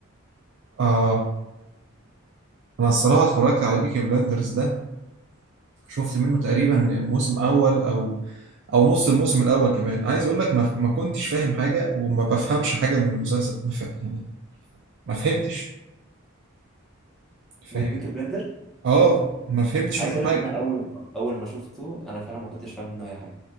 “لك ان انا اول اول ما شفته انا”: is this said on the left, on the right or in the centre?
Centre